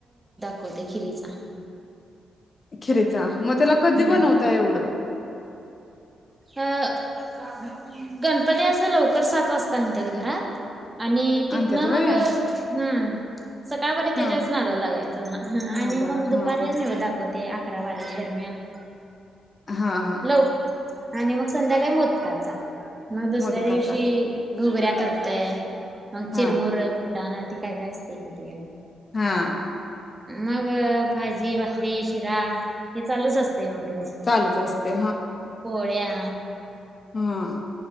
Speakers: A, on the right; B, on the left.
A: वतो, ते खीरीचा.
B: खिरीचा, त्याला कधी
A: हम्म
B: बनवता एवढं
A: अं. गणपती असं लवकर सात वाजता आणत्यात घरात आणि तिथन
B: आणत्यात व्हय
A: मग हम् सकाळपरी तेच्याच
B: हा
A: नादाला लागायचं हा
B: नादाला
A: आणि मग दुपारी
B: हा हा
A: निवद दाखवत ते अकरा बारा दरम्यान <inaudible>
B: हा हा.
A: लव आणि मग संध्याकाळी मोदकाचा म दुसऱ्या
B: मोदकाचा
A: दिवशी घुगऱ्या करतोय. म
B: हा
A: चिर मुर फु ताण हाय ते काय काय असतय कि ते आणि
B: हा
A: मग भाजी भाकरी शिरा हे चालूच अस ते मग रोज
B: चालूच असते
A: पोळ्या
B: हम्म.